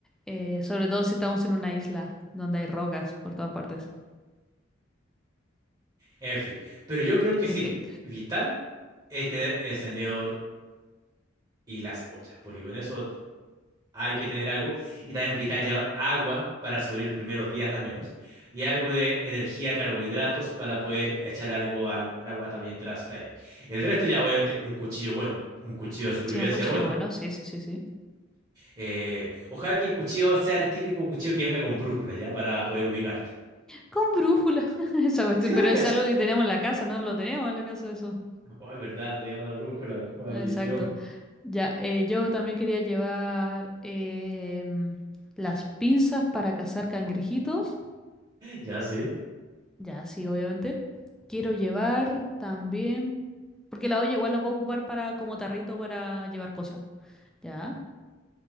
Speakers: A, in the centre; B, on the right (about 20°).
A: Eh, sobre todo si estamos en una isla donde hay rocas por todas partes.
B: En fin, pero yo creo que
A: En
B: sí,
A: fin,
B: vital es tener encendedor y las ollas, porque con eso t- hay que tener algo y también vital llevar agua para sobrevivir los primeros días al menos y algo de energía, carbohidratos para poder echar algo al, a la guata mientras está ahí. El resto ya obviamente un cuchillo bueno, un cuchillo de supervivencia
A: sí, un cuchillo
B: bueno.
A: bueno, sí, sí, sí, sí.
B: Eh, ojalá que el cuchillo sea el típico cuchillo que venga con brújula ya para poder ubicarte. <laughs>
A: Con brújula, <laughs> esa cuestión,
B: Si no
A: pero
B: le cachas.
A: es algo que tenemos en la casa, no lo tenemos en la casa eso.
B: Oh, es verdad, no tenía una brújula, maldición.
A: Exacto. Ya, eh, yo también quería llevar em, las pinzas para cazar cangrejitos.
B: Ya sí.
A: Ya, sí, obviamente. Quiero llevar también, porque la olla igual la puedo ocupar para como tarrito para llevar cosas. Ya.